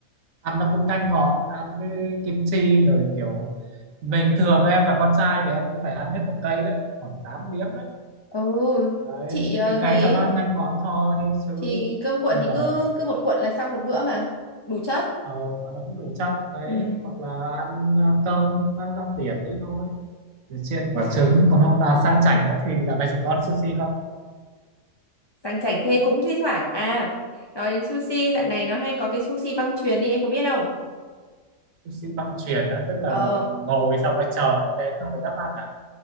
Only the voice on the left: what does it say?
ừ
chị ờ,
thấy
thì cơm cuộn
thì
cứ
cứ một cuộn là xong một bữa mà đủ chất
ừ
sang chảnh thế cũng thi thoảng à nói đến sushi dạo này nó hay có cái sushi băng chuyền đi em có biết không
ờ